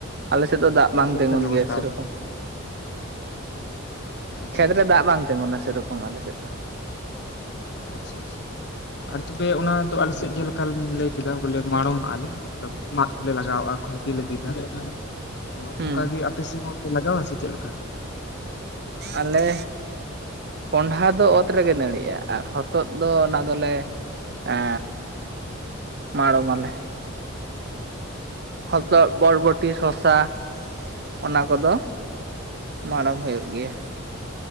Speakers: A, on the right; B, on the left.
A: ᱟᱞᱮᱥᱮᱫ ᱫᱚ ᱫᱟᱜ ᱵᱟᱝ
B: ᱪᱮᱫ
A: ᱛᱤᱸᱜᱩᱱ
B: ᱞᱮᱠᱟ ᱵᱮᱵᱚᱥᱛᱷᱟ
A: ᱜᱮᱭᱟ ᱥᱮᱨᱚᱠᱚᱢ᱾
B: ᱟᱠᱟᱜᱼᱟ ᱟᱪᱪᱷᱟ
A: ᱠᱷᱮᱛ
B: ᱟᱪᱪᱷᱟ
A: ᱨᱮ ᱫᱟᱜ ᱵᱟᱝ ᱛᱤᱸᱜᱩᱱᱟ ᱥᱮᱨᱚᱠᱚᱢ ᱟᱞᱮᱥᱮᱫ ᱫᱚ᱾
B: ᱟᱪᱪᱷᱟ ᱟᱪᱪᱷᱟ ᱟᱨ ᱛᱚᱵᱮ ᱚᱱᱟ ᱫᱚ ᱟᱞᱮᱥᱮᱫ ᱡᱮᱞᱮᱠᱟ ᱞᱤᱧ ᱞᱟᱹᱭ ᱠᱮᱫᱟ ᱵᱚᱞᱮ ᱢᱟᱲᱚᱢᱟᱜ ᱟᱞᱮ᱾ ᱢᱚᱛᱞᱚᱵ ᱢᱟᱫ ᱠᱚᱞᱮ ᱞᱟᱜᱟᱣᱟᱜ-ᱟ ᱠᱷᱩᱱᱴᱤ ᱞᱮ ᱵᱤᱫᱟ᱾ ᱟᱫᱚ
A: ᱦᱩᱸ
B: ᱚᱱᱠᱟᱜᱮ ᱟᱯᱮ ᱥᱮᱫ ᱦᱚᱸᱯᱮ ᱞᱟᱜᱟᱣᱟ ᱥᱮ ᱪᱮᱫᱞᱮᱠᱟ᱾
A: ᱟᱞᱮᱼᱼ ᱠᱚᱸᱱᱰᱷᱟ ᱫᱚ ᱚᱛ ᱨᱮᱜᱮ ᱱᱟᱹᱲᱤᱜ-ᱟ ᱟᱨ ᱦᱚᱛᱚᱫ ᱫᱚ ᱚᱱᱟ ᱫᱚᱞᱮ᱾ ᱮ ᱢᱟᱲᱚᱢᱟᱞᱮ᱾
B: ᱟᱪᱪᱷᱟ
A: ᱦᱚᱛᱚᱜ ᱵᱚᱨ <unintelligible> ᱯᱩᱴᱤ ᱥᱚᱥᱟ ᱚᱱᱟ ᱚᱱᱟ ᱠᱚᱫᱚ ᱢᱟᱲᱚᱢ ᱦᱩᱭᱩᱜ ᱜᱮᱭᱟ᱾ <inaudible>